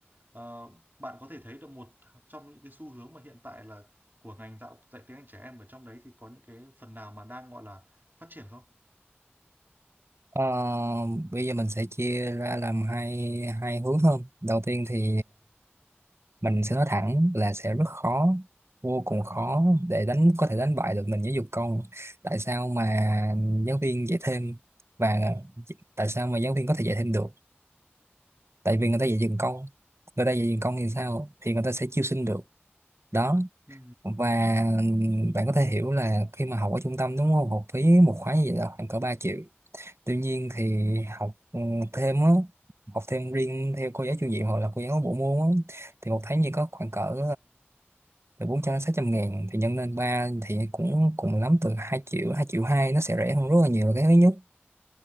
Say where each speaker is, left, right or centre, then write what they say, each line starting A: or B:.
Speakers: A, on the right; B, on the right.
A: ờ, bạn có thể thấy được một trong những cái xu hướng mà hiện tại là của ngành dạo dạy tiếng Anh trẻ em ở trong đấy thì có những cái phần nào mà đang gọi là phát triển không?
B: Ờ, bây giờ mình sẽ chia ra làm hai hai hướng hơn đầu tiên thì mình sẽ nói thẳng là sẽ rất khó vô cùng khó để đánh có thể đánh bại được mình giáo dục công tại sao mà giáo viên dạy thêm và tại sao mà giáo viên có thể dạy thêm được tại vì người ta dạy dừng công người ta dạy dừng công thì
A: Ừ.
B: sao thì người ta sẽ chiêu sinh được đó
A: Ừ.
B: và bạn có thể hiểu là khi mà học ở trung tâm đúng không học phí một khóa như vậy là khoảng cỡ ba triệu tuy nhiên thì
A: Ừ.
B: học ừ, thêm á học thêm riêng theo cô giáo chủ nhiệm hoặc là cô giáo bộ môn á thì một tháng chỉ có khoảng cỡ từ 400 600 ngàn thì nhân lên 3 thì cũng cùng lắm từ hai triệu 2 triệu hai nó sẽ rẻ hơn rất là nhiều là cái thứ nhất